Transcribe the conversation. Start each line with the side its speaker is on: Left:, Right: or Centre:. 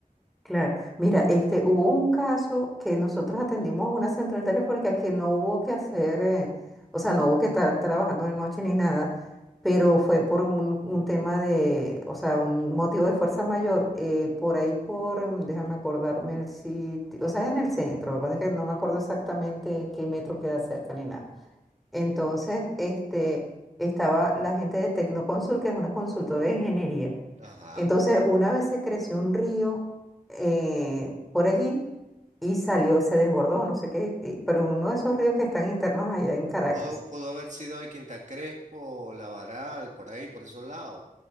Centre: Claro, mira, este, hubo un caso que nosotros atendimos a una central telefónica que no hubo que hacer, eh, o sea, no hubo que estar trabajando de noche ni nada, pero fue por un, un tema de, o sea, un motivo de fuerza mayor, eh, por ahí por, mm, déjame acordarme el sitio, o sea, es en el centro, lo que pasa es que no me acuerdo exactamente qué metro queda cerca ni nada. Entonces, este, estaba la gente de Tecnoconsul, que es una consultora de ingeniería.
Right: Ajá.
Centre: Entonces, una vez se creció un río eh, por allí y salió, se desbordó, no sé qué, y- pero uno de esos ríos que están internos allá en Caracas.
Right: Pudo, pudo haber sido de Quinta Crespo, Lavaral, por ahí, por esos lados.